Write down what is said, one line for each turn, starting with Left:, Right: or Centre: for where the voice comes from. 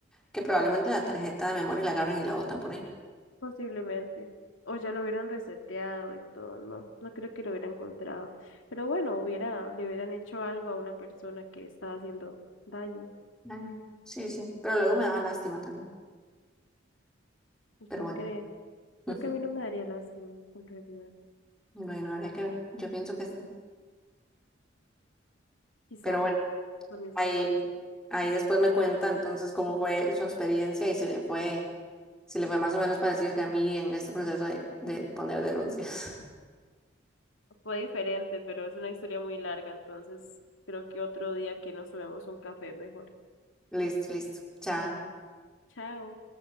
Centre: que probablemente la tarjeta de memoria la agarran y la botan por ahí.
Left: Posiblemente. O ya lo hubieran reseteado y todo, no, no creo que lo hubiera encontrado. Pero bueno, hubiera, le hubieran hecho algo a una persona que estaba haciendo daño.
Centre: Ay, sí, sí, pero luego me daba lástima también,
Left: ¿Usted
Centre: pero bueno,
Left: cree? Creo
Centre: <laughs>
Left: que a mí no me daría lástima, en realidad.
Centre: bueno, habría que ver, yo pienso que sí,
Left: Quizá,
Centre: pero bueno,
Left: por mi
Centre: ahí,
Left: forma de ser.
Centre: ahí después me cuenta entonces cómo fue su experiencia y si le fue, si le fue más o menos parecido que a mí en este proceso de, de poner denuncias. <laughs>
Left: Fue diferente, pero es una historia muy larga, entonces creo que otro día que nos tomemos un café mejor.
Centre: Listo, listo, chao.
Left: Chao.